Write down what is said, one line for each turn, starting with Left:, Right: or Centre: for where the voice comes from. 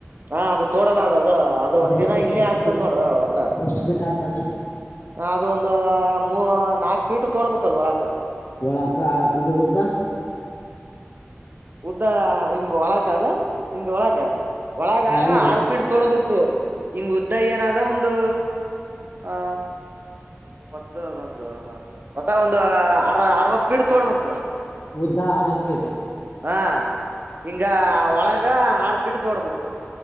Right: ಹಾ ಅದು ತೋಡೋದ ಅದ ಅದು ಅದು ಒಂದ್
Left: ಎಷ್ಟು
Right: ದಿನ ಇಲ್ಲೇ
Left: ಎಷ್ಟು
Right: ಆಗ್ತದ
Left: ಫೀಟ್
Right: ನೋಡು ಒಟ್ಟ.
Left: ಎಷ್ಟು ಫೀಟ್ ಆಗ್ತದ
Right: ಅದ ಒಂದ ಮೂ ನಾಕ್ ಫೀಟ್ ತೋಡ್ಬೇಕ ಅದ ಒಳಕ.
Left: ಒಳಕ ಇದು ಉದ್ದ.
Right: ಉದ್ದ ಹಿಂಗ ಒಳಕ್ ಅದ ಹಿಂಗ ಒಳಗ್ ಒಳಗ
Left: ಅಲ್ಲ
Right: ಆರ್ಫೀಡ್ ತೋಡ್ಬೇಕು ಹಿಂಗ್ ಉದ್ದ ಏನಾದ ಒಂದು ಅ ಆ ಮೂವತ್ತು ಅದೊಂದು ಹತ್ತ ಒಟ್ಟ ಒಂದ ಅರ ಅರವತ್ತು ಫೀಟ್ ತೋಡ್ಬೇಕು.
Left: ಉದ್ದ ಅರವತ್ತ ಫೀಟ.
Right: ಹಾ ಹಿಂಗ ಒಳಗ ಆರ ಫೀಟ್ ತೋಡ್ಬೇಕೂ.